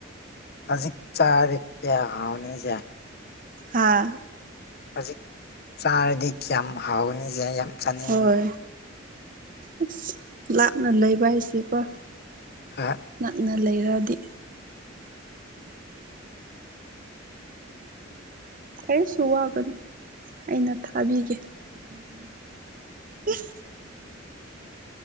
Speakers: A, on the left; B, on the right.
A: ꯍꯖꯤꯛ ꯆꯥꯔꯗꯤ ꯀꯌꯥ ꯍꯥꯎꯅꯤꯖꯦ
B: ꯍꯥꯥ
A: ꯍꯧꯖꯤꯛ ꯆꯥꯔꯗꯤ ꯀꯌꯥꯝ ꯍꯥꯎꯒꯅꯤꯁꯦ ꯌꯥꯝ ꯆꯥꯅꯤꯡꯕ
B: ꯍꯣꯏ ꯑꯁ ꯂꯥꯞꯅ ꯂꯩꯕ ꯍꯥꯏꯁꯤꯀꯣ
A: ꯍꯥ
B: ꯅꯛꯅ ꯂꯩꯔꯗꯤ ꯀꯔꯤꯁꯨ ꯋꯥꯒꯅꯨ ꯑꯩꯅ ꯊꯥꯕꯤꯒꯦ <unintelligible>